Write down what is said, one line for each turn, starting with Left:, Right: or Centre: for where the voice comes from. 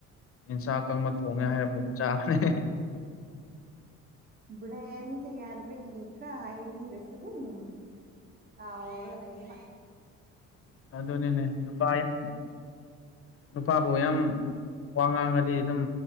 Left: ꯌꯦꯟꯁꯥ ꯑꯀꯪꯕ ꯊꯣꯡꯉꯦ ꯍꯥꯏꯔꯝꯕꯗꯨ ꯆꯥꯕꯅꯦ
Right: ꯕ꯭ꯔꯦꯟꯁꯦ ꯌꯥꯗꯒꯤ ꯈꯔ ꯍꯥꯏꯕꯤꯔꯁꯨ ꯑꯗꯨꯝ ꯇꯔ ꯌꯥꯗꯔꯤ
Left: ꯑꯗꯨꯅꯤꯅꯦ ꯅꯨꯄꯥ ꯌꯥꯝ ꯅꯨꯄꯥꯕꯨ ꯌꯥꯝ ꯋꯥ ꯉꯥꯡꯉꯗꯤ ꯑꯗꯨꯝ